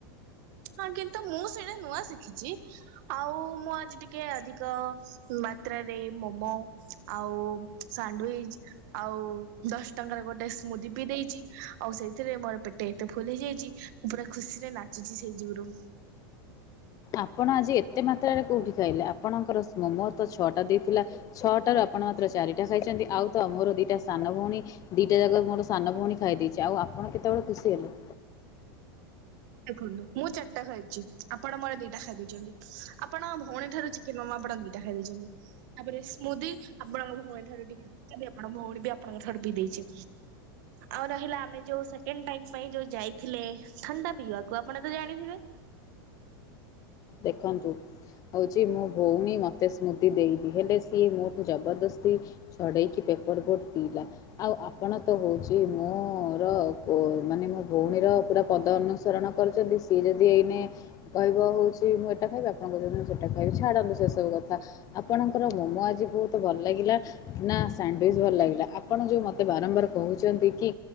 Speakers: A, on the right (about 55°); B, on the left (about 30°).
A: ହଁ କିନ୍ତୁ ମୁଁ ସେଇଟା ନୂଆ ଶିଖିଚି ଆଉ ମୁଁ ଆଜି ଟିକେ ଆଜି କ ମାତ୍ରାରେ ମୋମୋ ଆଉ ସାଣ୍ଡୱିଚ ଆଉ ଦଶ ଟଙ୍କାରେ ଗୋଟେ ସ୍ମୁଦି ପି ଦେଇଛି ଆଉ ସେଇଥିରେ ମୋର ପେ ଟ ତ ଫୁଲ ହେଇଯାଇଚି ମୁଁ ପୁରା ଖୁସିରେ ନାଚୁଛି ସେଇ ଯୁଗୁରୁ।
B: ଆପଣ ଆଜି ଏତେ ମାତ୍ରାରେ କୋଉଠି ଖାଇଲେ ଆପଣଙ୍କର ସ ମୋମୋ ତ ଛଅଟା ଦେଇଥିଲା ଛଅଟାରୁ ଆପଣ ମାତ୍ର ଚାରିଟା ଖାଇଛନ୍ତି ଆଉ ତ ମୋର ଦି ଟା ସାନ ଭଉଣୀ ଦିଟା ଜାକ ମୋର ସାନ ଭଉଣୀ ଖାଇ ଦେଇଚି ଆଉ ଆପଣ କେତେବେଳେ ଖୁସି ହେଲେ।
A: ଦେଖନ୍ତୁ ମୁଁ ଚାରିଟା ଖାଇଛି ଆପଣ ମୋର ଦିଟା ଖାଇଦେଇଛନ୍ତି ଆପଣ ଭଉଣୀ ଠାରୁ ଚି କି ମୋ ମା ଫଟା ଦିଟା ଖାଇ ଦେଇଚନ୍ତି। ତାପରେ ସ୍ମୁଦି ଆପଣଙ୍କ ଭଉଣୀ ଥରେ ଟିକେ <inaudible> ଆପଣଙ୍କ ଭଉଣୀ ବି ଆପଣଙ୍କ ଠାରୁ ପି ଦେଇଚି। ଆଉ ରହିଲା ଆମେ ଯୋଉ ସେକେଣ୍ଡ ଟାଇମ୍ ପାଇଁ ଯୋଉ ଯାଇଥିଲେ ଥଣ୍ଡା ପିଇବାକୁ ଆପଣ ତ ଜାଣିଥିବେ।
B: ଦେଖନ୍ତୁ। ହଉଚି ମୋ ଭଉଣୀ ମୋତେ ସ୍ମୃତି ଦେଇନି ହେଲେ ସିଏ ମୋଠୁ ଜବରଦସ୍ତି ଛଡେଇକି ପେପର ବୋଟ ପିଇଲା। ଆଉ ଆପଣ ତ ହଉଚି ମୋର କ ମାନେ ମୋ ଭଉଣୀର ପୁରା ପଦ ଅନୁସରଣ କରୁଚନ୍ତି ସିଏ ଯଦି ଏଇନେ କହିବ ହଉ ଚି ମୁଁ ଏଟା ଖାଇବି ଆପଣ କହିବେ ମୁଁ ସେଟା ଖାଇବି ଛାନ୍ତୁ ସେସବୁ କଥା। ଆପଣଙ୍କର ମୋମୋ ଆଜି ବହୁତ ଭଲ ଲାଗିଲା। ନା ସାଣ୍ଡୱିଚ୍ ଭଲ ଲାଗିଲା ଆପଣ ଯୋଉ ମତେ ବାରମ୍ବାର କହୁଚନ୍ତି କି?